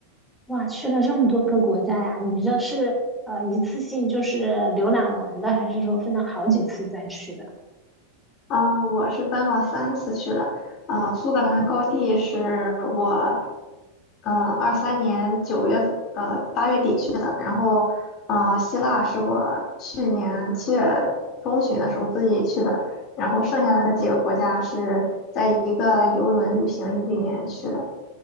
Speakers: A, in the centre; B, on the left (about 35°).
A: 哇，去了这么多个国家呀！你这是呃一次性就是浏览完的，还是说分了好几次再去的？
B: 啊，我是分了三次去的。啊，苏格兰高地是我，嗯呃，二三年九月，呃，八月底去的。然后，呃，希腊是我去年七月中旬的时候自己去的。然后剩下的那几个国家是在一个游轮旅行里面去的。